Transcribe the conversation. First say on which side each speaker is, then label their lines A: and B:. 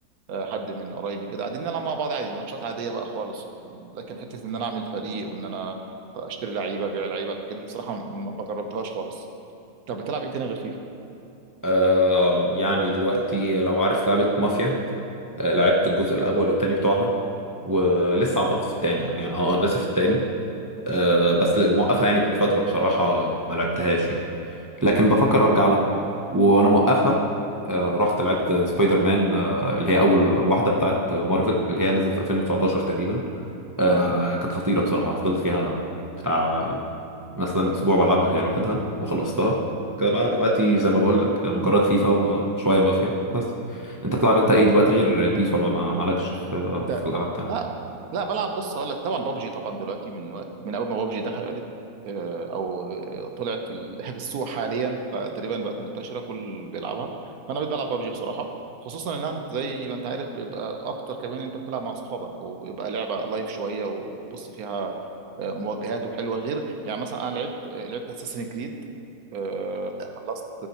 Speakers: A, on the right; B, on the right.
A: آه، حد من قرايبي كده قاعدين نلعب مع بعض عادي ماتشات عاديه بقى خالص لكن حته ان انا اعمل فريق وان انا اشتري لعيبه ابيع لعيبه الحاجات دي بصراحه ما ما جربتهاش خالص طب بتلعب ايه تاني غير فيفا
B: آه يعني دلوقتي لو عارف لعبة مافيا آه، لعبت الجزء الأول والتاني بتوعها ولسه أعتقد في التاني يعني اه أنا لسه في التاني آه، بس ل- موقفها يعني بقالي فترة بصراحة ما لعبتهاش يعني لكن بفكر ارجع لها وانا موقفها آه، رحت لعبت سبايدر مان آه، اللي هي اول واحده بتاعت مارفل اللي هي نزلت في 2019 تقريبا آه، كانت خطيره بصراحه فضلت فيها بتاع مثلا اسبوع بلعبها هي لوحدها وخلصتها كده بقى دلوقتي زي ما بقول لك مجرد فيفا وشويه مافيا بس انت بتلعب انت ايه دلوقتي غير بيس ولا ما مالكش في
A: انت
B: في الالعاب التانية
A: لا لا بلعب بص هقول لك طبعا بابجي طبعا دلوقتي من وقت من اول ما بابجي دخلت آه، او آه، طلعت في ال- <laughs> في السوق حاليا فتقريبا بقت منتشره كل بيلعبها فانا بقيت بلعب بابجي بصراحه خصوصا ان انت زي ما انت عارف بيبقى اكتر كمان انت بتلعب مع اصحابك وبيبقى لعبه لايف شويه وبص فيها آه، مواجهات وحلوه غير يعني مثلا انا لعبت آه، لعبت اساسن كريد آه، لا، خلصت